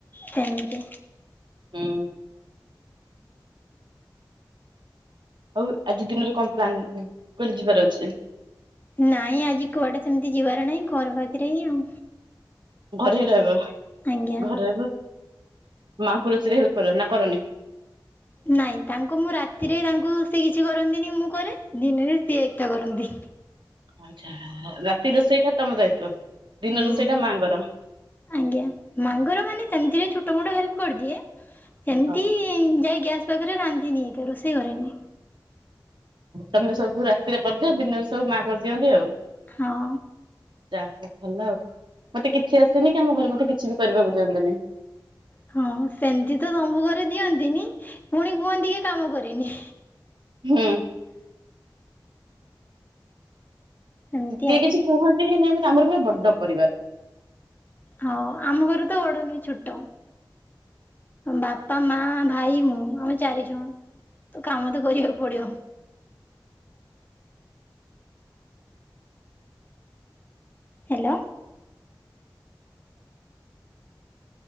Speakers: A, on the left; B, on the right.
A: ସେମିତି
B: ହୁଁ। ଆଉ ଆଜି ଦିନରେ କଣ ପ୍ଲାନିଂ କହିଲି ଯିବାର ଅଛି?
A: ନାଇଁ ଆଜି କୁଆଡେ ସେମତି ଯିବାର ନାହିଁ ଘର ପାଖେରେ ହିଁ ଆଉ।
B: ଘରେ ହିଁ ରହିବ
A: ଆଜ୍ଞା
B: ଘରେ ରହିବ ମାଙ୍କୁ ରୋଷଇରେ ହେଲ୍ପ୍ କରିବ ନା କରନି?
A: ନାଇଁ ତାଙ୍କୁ ମୁଁ ରାତିରେ ତାଙ୍କୁ ସେ କିଛି କରନ୍ତିନି ମୁଁ କରେ ଦିନରେ ସିଏ ଏକା କରନ୍ତି।
B: ଆଚ୍ଛା- ରାତି ରୋଷେଇଟା ତମ ଦାୟିତ୍ଵ? ଦିନ
A: ହୁଁ
B: ରୋଷେଇଟା ମାଆଙ୍କର
A: ଆଜ୍ଞା ମାଙ୍କର ମାନେ ସେମତିରେ ଛୋଟ ମୋଟ ହେଲ୍ପ କରିଦିଏ ସେମତି
B: ହଁ
A: ଯାଇ ଗ୍ୟାସ୍ ପାଖେରେ ରାନ୍ଧିନି ଏକେ ରୋଷେଇ କରେନି।
B: ତମେ ସବୁ ରାତିରେ କରିଦିଅ ଦିନରେ ସବୁ ମା କରିଦିଅନ୍ତି ଆଉ।
A: ହଁ।
B: ଯାହା ହଉ ଭଲ ଆଉ ମତେ କିଛି ଆସେନି କି ଆମ ଘରେ ମତେ କିଛି ବି କରିବାକୁ ଦିଅନ୍ତିନି।
A: ହଁ ସେମତି ତ ତମ ଘରେ ଦିଅନ୍ତିନି ପୁଣି କୁହନ୍ତି କି କାମ କରେନି।
B: ହୁଁ।
A: ସେମିତି
B: କିଏ
A: ଆଉ
B: କିଛି କୁହନ୍ତି ହିଁ ନାହିଁ ମତେ ଆମର ପୁରା ବଡ ପରିବାର୍।
A: ହଁ ଆମ ଘରେ ତ ବଡ ନୁହେଁ ଛୋଟ। ବାପା, ମା, ଭାଇ ମୁଁ ଆମେ ଚାରିଜଣ। ତ କାମ ତ କରିବାକୁ ପଡିବ। ହାଲୋ।